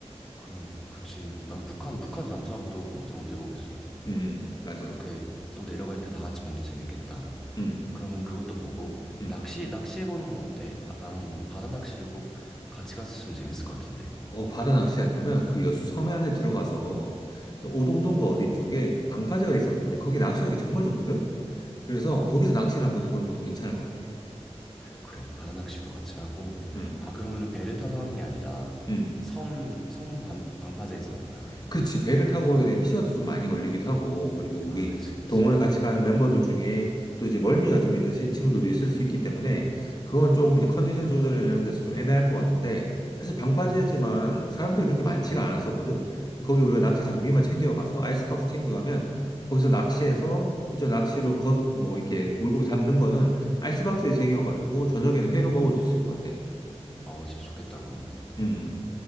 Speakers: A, in the centre; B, on the left (about 35°).
A: 그럼 그치. 난 북한
B: 음,
A: 북한 잠수함 또 평생 언제 보겠어.
B: 음, 음. 맞아.
A: 그렇게 또 내려갈 때 다 같이 보면 더 재밌겠다.
B: 음,
A: 그러면 그것도 보고
B: 음.
A: 낚시 낚시 해보는 건 어때? 바, 난 바다 낚시를 꼭 같이 갔으면 재밌을 것 같은데.
B: 어, 바다 낚시할 거면 그 여수 섬에 안에 들어가서 그 오동동과 어디 쪽에 방파제가 있었는데, 거기 낚시하기 정말 좋거든? 그래서 거기서 낚시를 한번 해보는 것도 괜찮을 것 같아.
A: 그래, 바다 낚시도 같이 하고.
B: 음,
A: 아 그러면은 배를 타서 하는 게 아니라
B: 음.
A: 섬 섬 방파제에서 하는 거야 그러면은?
B: 그치. 배를 타고 가게 되면 시간도 좀 많이 걸리기도 하고, 그리고 우리
A: 아 그치 그치.
B: 동호회 같이 가는 멤버들 중에 또 이제 멀미가 좀 있는 시- 친구들도 있을 수 있기 때문에, 그건 조금 이제 컨디션 조절이나 이런 데서 좀 애매할 것 같은데, 사실 방파제지만 사람들이 그렇게 많지가 않았었거든? 거기 우리가 낚시 장비만 챙겨가서, 아이스박스 챙겨가면, 거기서 낚시해서, 실제 낚시로 겉, 뭐, 이렇게 물고기 잡는 거는 아이스박스에 쟁여가지고, 저녁에는 회로 먹을 수 있을 것 같아.
A: 어 진짜 좋겠다 그거는.
B: 음.